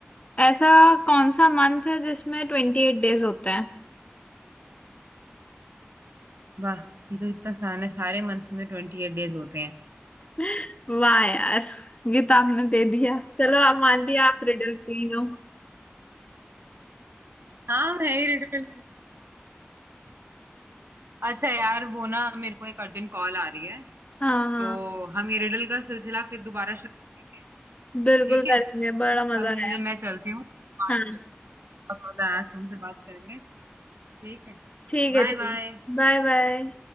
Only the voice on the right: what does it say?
वाह ये तो इतना आसान है सारे मंथ में ट्वेंटी एट डेज होते हैं
हाँ मैं ही रिडल अच्छा यार वो ना मेरे को एक अर्जेंट कॉल आ रही है
तो हम ये रिडल का सिलसिला फिर दोबारा शुरू करेंगे
ठीक है
अभी
मुझे मैं चलती हूँ बात
बहुत मजा आया तुमसे बात करेंगे ठीक है
Bye
bye